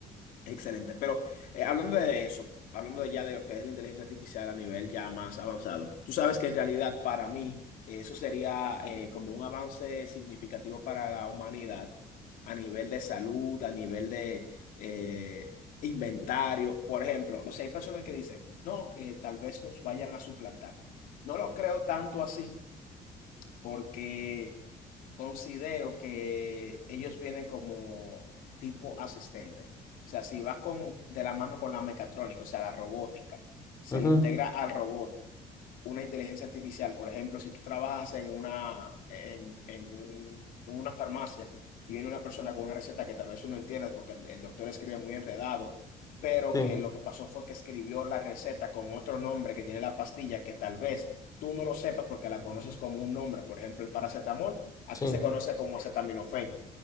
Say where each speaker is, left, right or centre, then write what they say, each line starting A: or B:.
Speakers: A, on the left; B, on the left.
A: Excelente, pero eh, hablando de eso, hablando ya de lo que es la inteligencia artificial a nivel ya más avanzado, tú sabes que en realidad para mí eso sería eh, como un avance significativo para la humanidad a nivel de salud, a nivel de eh, inventario, por ejemplo, o sea, hay personas que dicen, no, que tal vez nos vayan a suplantar. No lo creo tanto así porque... Considero que ellos vienen como tipo asistente. O sea, si vas con, de la mano con la mecatrónica, o sea, la robótica, se
B: ujú,
A: le integra al robot una inteligencia artificial. Por ejemplo, si tú trabajas en una, en, en un- en una farmacia y viene una persona con una receta que tal vez tú no entiendes porque el, el doctor escribe muy enredado, pero
B: Sí,
A: que lo que pasó fue que escribió la receta con otro nombre que tiene la pastilla que tal vez tú no lo sepas porque la conoces como un nombre. Por ejemplo, el paracetamol, aquí
B: sí,
A: se conoce como acetaminofén,